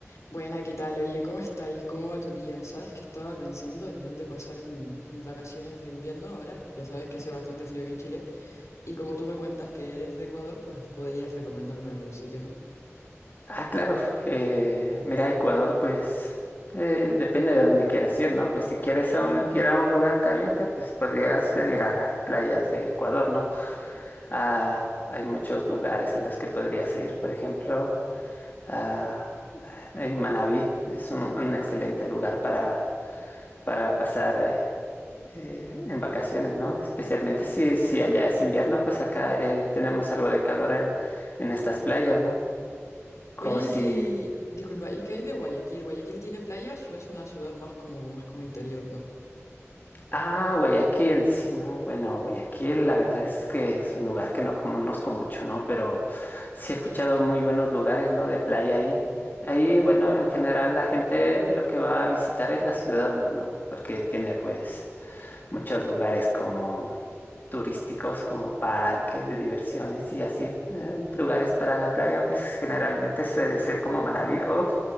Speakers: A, on the left; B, on the left.
A: Buena, ¿qué tal? Oye, ¿cómo estáis? ¿Cómo va tu día? Sabes que estaba pensando en dónde pasar mis, mis vacaciones de invierno ahora. Ya sabes que hace bastante frío aquí en Chile. Y como tú me cuentas que eres de Ecuador, pues podrías recomendarme algún sitio, ¿no?
B: Ah, claro. eh, mira, Ecuador, pues eh, depende de dónde quieras ir, ¿no? Pues si quieres a un- ir a un lugar caliente, pues podrías venir a las playas de Ecuador, ¿no? Ah, hay muchos lugares a los que podrías ir, por ejemplo, ah, en Manabí. Es un, un excelente lugar para, para pasar eh, eh, en vacaciones, ¿no? Especialmente si, si allá es invierno, pues acá eh, tenemos algo de calor en, en estas playas, ¿no?
A: Oye,
B: O
A: ¿y
B: si...
A: qué... Disculpa, ¿y qué hay de Guayaquil? ¿Guayaquil tiene playas o es una ciudad más como, más como interior, ¿no?
B: Ah, Guayaquil, sí, no, bueno, Guayaquil, la verdad es que es un lugar que no conozco mucho, ¿no? Pero sí he escuchado muy buenos lugares, ¿no? De playa ahí. Ahí, bueno, en general la gente lo que va a visitar es la ciudad, ¿no? Porque tiene pues muchos lugares como turísticos como parques de diversiones y así. eh, lugares para la playa, pues generalmente suele ser como Manabí o